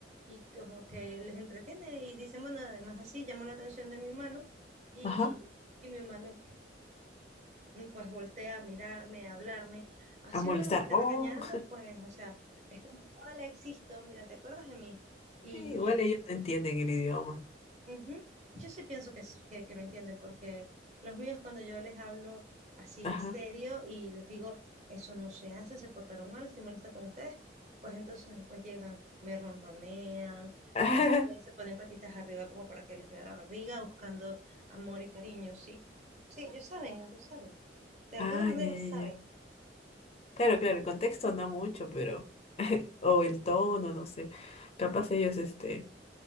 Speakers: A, on the right; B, on the left.
A: y como que les entretiene y dicen, bueno, además así llama la atención de mi humano y,
B: Ajá.
A: y mi humano mm, pues voltea a mirarme, a hablarme, así
B: A molestar.
A: uno los esté
B: Oh,
A: regañando, pues o sea, es como, hola, existo, mira, ¿te acuerdas de mí?
B: <laughs>
A: Y,
B: igual
A: y es
B: ellos no entienden el idioma.
A: Ujú. Yo sí pienso que, s- que, que me entienden, porque los míos cuando yo les hablo así
B: Ajá.
A: serio y les digo, eso no se hace, se portaron mal, estoy molesta con ustedes, pues entonces después llegan, me ronronean,
B: <laughs>
A: este, se ponen patitas arriba como para que les vea la barriga, buscando amor y cariño, sí. Sí, ellos saben, ellos saben. De alguna
B: Ah,
A: manera
B: ya, ya,
A: saben.
B: ya. Claro, claro, el contexto no mucho, pero. <laughs> O el tono, no sé. Capaz ellos, este,